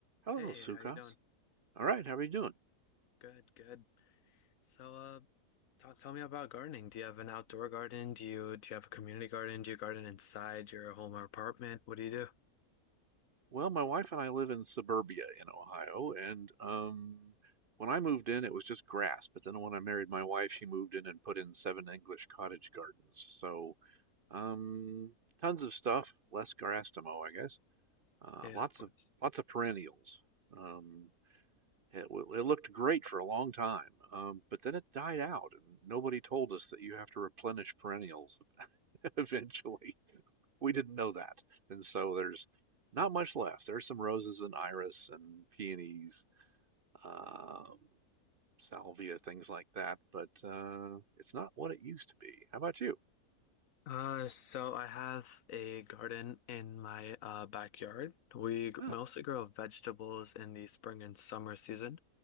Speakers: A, on the right (about 55°); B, on the left (about 65°).
A: Hello,
B: Hey,
A: Sukas.
B: how you doing?
A: All right, how are you doing?
B: Good, good. So, uh, talk, tell me about gardening. Do you have an outdoor garden? Do you do you have a community garden? Do you garden inside your home or apartment? What do you do?
A: Well, my wife and I live in suburbia in Ohio, and um, when I moved in, it was just grass. But then when I married my wife, she moved in and put in seven English cottage gardens. So, um, tons of stuff, less grass to mow, I guess. Uh,
B: Yeah,
A: lots
B: of course.
A: of lots of perennials. Um, it, w- it looked great for a long time, um, but then it died out, and nobody told us that you have to replenish perennials <laughs> eventually. we didn't know that. And so there's not much left. There's some roses and iris and peonies, um, salvia, things like that, but uh, it's not what it used to be. How about you?
B: Uh, so I have a garden in my uh, backyard. We g-
A: Ah,
B: mostly grow vegetables in the spring and summer season.